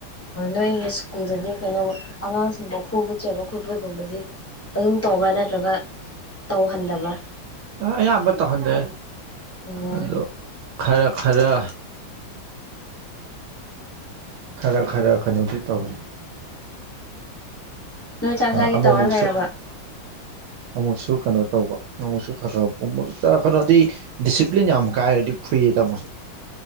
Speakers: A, on the left; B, on the right.
A: ꯅꯣꯏꯒꯤ ꯁ꯭ꯀꯨꯜꯗꯗꯤ ꯀꯩꯅꯣ ꯑꯉꯥꯡꯁꯤꯡꯗ ꯐꯨꯕ ꯆꯩꯕ ꯈꯣꯠꯄꯒꯨꯝꯕꯗꯤ ꯑꯗꯨꯝ ꯇꯧꯕ꯭ꯔꯥ ꯅꯠꯇ꯭ꯔꯒ ꯇꯧꯍꯟꯗꯕ꯭ꯔꯥ
B: ꯑꯌꯥꯝꯕ ꯇꯧꯍꯟꯗꯦ
A: ꯎꯝ
B: ꯑꯗꯣ ꯈꯔ ꯈꯔ ꯈꯔ ꯈꯔ ꯀꯩꯅꯣꯗꯤ ꯇꯧꯏ
A: ꯅꯣꯏ ꯆꯥꯛ ꯆꯥꯒꯦ
B: ꯑꯃꯨꯛꯃꯨꯛꯁꯨ
A: ꯇꯧꯔ ꯂꯩꯔꯕꯔ
B: ꯑꯃꯨꯛꯁꯨ ꯀꯩꯅꯣ ꯇꯧꯕ ꯑꯃꯨꯛꯁꯨ ꯈ <unintelligible> ꯀꯩꯅꯣꯗꯤ ꯗꯤꯁꯤꯄ꯭ꯂꯤꯟ ꯌꯥꯝ ꯀꯥꯏꯔꯗꯤ ꯐꯨꯏꯌꯦꯗ ꯑꯃꯨꯛꯁꯨ